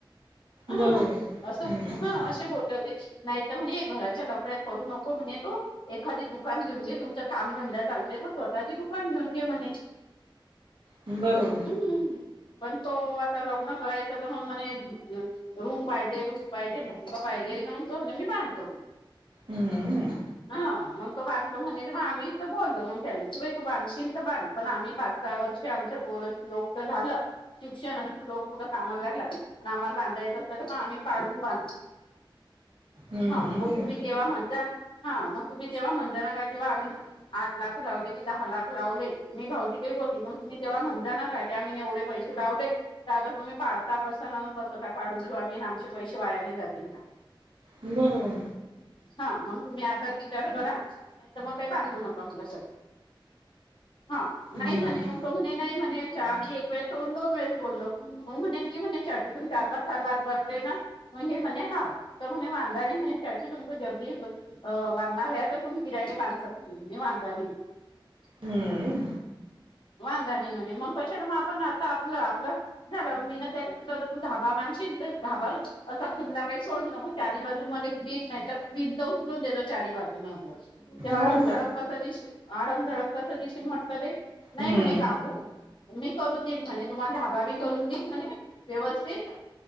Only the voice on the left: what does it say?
हा
असं
हा. असे बोलले होते. नाही तर म्हणे घराच्या लफड्यात पडू नको म्हणे तु. एखादी दुकान घेऊन घे तुमचा कामधंद्या चालतय तर स्वतःची दुकान घेऊन घे म्हणे <inaudible>
हम्म पण तो आता लग्न करायचं तर मग म्हणे रूम पाहिजे रूम पाहिजे ध पाहिजे पाहिण तो मी बांधतो
ह मग तो बधतो म्हणे मग आम्ही तर बोललो मग त्यालाई तू बांधशीील तर बांध पण आम्ही पाच वर्ष आमच्या पोर लोक झालं शिक्षण लोक कुठं कामायला लागलात प आम्हाला बांधायचं अस तर पण आम्ही पाडून बांधू
हो मग तुम्ही तेव्हा म्हणता ना हा मग तुम्ही तेव्हा म्हणजना का किंवा आम्ही आठ लाख लावले की दहा लाख लावले मी भावतीिक के मग तुम्ही तेव्हा म्हण काी आम्ही एवढे पैसे लावले तर आता तुम्ही पाडता कस कस पाडू देऊ आम्ही आमचे पैसे वायाने जातील का
हा मग तुम्ही आताच विचार करा नाही तर मग काही बांधू नका मुला हा
नाही म्हणे मग तो म्हणे नाही म्हणे च आधी एक वेळेस सोडून दोन वेळेस बोललो म म्हणे नाही म्हणे तुम चार पाच सल बाात ब दे ना हे म हाव त म्ह वांदाा म्ह चचा तुमको जलदी अ बांधणार आहे तर तुम् किराटे बांध शके वांगा
वांधा नाही म्हणे मग कशा मग आपण आता आपलं आपलं झालं मी ना त्याला म्हटलं होत तू धाबा तु धाबा आहे असा खुनला बाई काही सोडजो नको चारी बाजू मध्ये भीट नाही तर भिंत उचलून देजो चारी वाजे म आपलं ते अडमझडम
कसं दिशील अडमझडम कसं दिशील म्हटलं ते नाही
म्हणे काकू मी करून देन म्हणे तुम्हाला ढाबा बी करून देन म्हणे व्यवस्थित